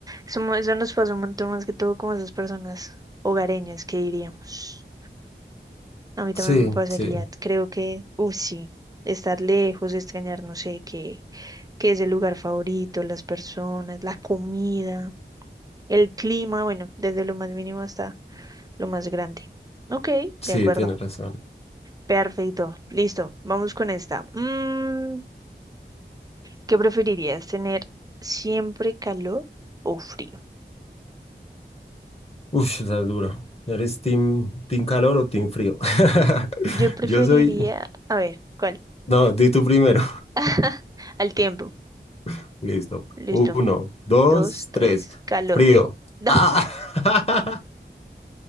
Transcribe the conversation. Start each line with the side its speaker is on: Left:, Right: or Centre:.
Right: Eso, mo- eso nos pasa un montón más que todo como esas personas hogareñas que diríamos. A mí también
Left: Sí,
Right: me pasaría,
Left: sí,
Right: creo que, uff, sí, estar lejos, extrañar, no sé, qué, qué es el lugar favorito, las personas, la comida, el clima, bueno, desde lo más mínimo hasta lo más grande. Ok,
Left: sí,
Right: de acuerdo,
Left: tienes razón.
Right: perfecto, listo, vamos con esta. Mm, ¿qué preferirías, tener siempre calor o frío?
Left: Uf, está duro. ¿Eres team, team calor o team frío? <laughs>
Right: Yo preferiría,
Left: Yo soy...
Right: a ver, ¿cuál?
Left: No, di tú primero.
Right: <laughs> Al tiempo,
Left: <laughs> Listo.
Right: listo,
Left: Uno, dos,
Right: dos, tres,
Left: tres.
Right: calor.
Left: Frío.
Right: <laughs> No.
Left: Ah, <laughs>